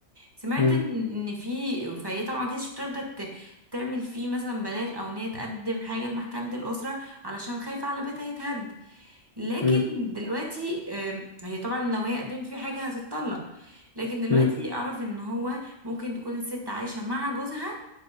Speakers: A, on the right; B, on the left.
A: سمعت
B: امم
A: ان إن في فهي طبعا كانتش بترضى ت- تعمل فيه مثلا بلاغ او ان هي تقدم حاجه لمحكمه الاسره علشان خايفه على بيتها يتهد لكن
B: امم
A: دلوقتي آم، هي طبعا لو هي قدمت فيه حاجه هتتطلق لكن دلوقتي
B: امم
A: اعرف ان هو ممكن تكون الست عايشه مع جوزها